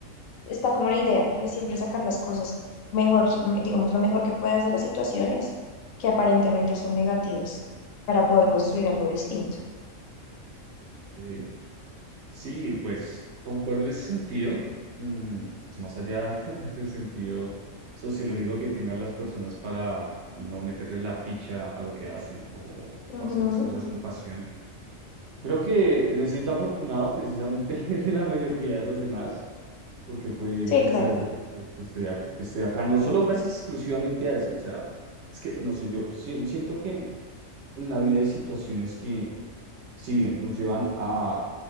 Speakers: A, on the left; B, on the right.
A: está como la idea de siempre sacar las cosas mejor, m- digamos, lo mejor que puedas de las situaciones que aparentemente son negativas para poder construir algo distinto.
B: ok. Sí, pues concuerdo en ese sentido. Mm, es más allá <laughs> del sentido sociológico que tengan las personas para no meterle la ficha a lo que hacen o,
A: Ujú,
B: o hacer las cosas con pasión. Creo que me siento afortunado precisamente <laughs> de la mediocridad de los demás, porque fue gracias
A: Sí, claro.
B: a eso que, que estoy, a- que estoy acá. No solo gracias exclusivamente a eso, o sea, es que, no sé, yo si- siento que en la vida hay situaciones que, si bien nos llevan a